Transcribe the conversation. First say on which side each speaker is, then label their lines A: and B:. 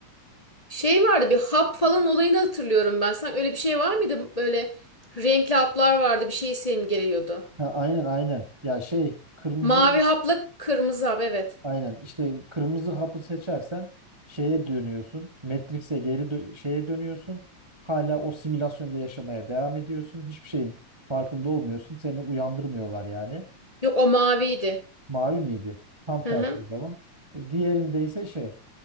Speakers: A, on the left; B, on the right.
A: Şey vardı bir hap falan olayını hatırlıyorum ben. Sanki öyle bir şey var mıydı? Böyle renkli haplar vardı. Bir şey simgeliyordu.
B: Ha, aynen aynen. Ya şey kırmızı
A: Mavi hapla kırmızı hap evet.
B: aynen işte kırmızı hapı seçersen şeye dönüyorsun. Matrix'e geri dö- şeye dönüyorsun. Hala o simülasyonda yaşamaya devam ediyorsun. Hiçbir şeyin farkında olmuyorsun. Seni uyandırmıyorlar yani.
A: Yok o maviydi.
B: Mavi miydi? Tam
A: Hı
B: tersi
A: hı.
B: o zaman. E, Diğerinde ise şey